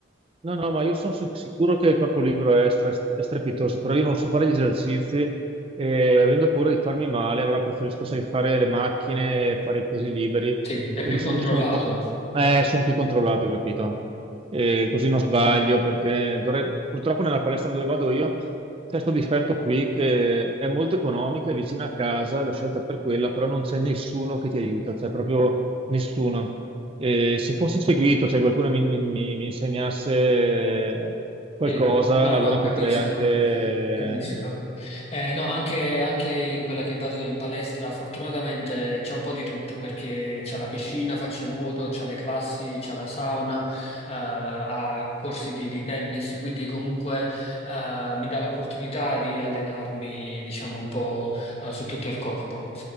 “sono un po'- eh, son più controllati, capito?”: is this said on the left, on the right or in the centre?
Right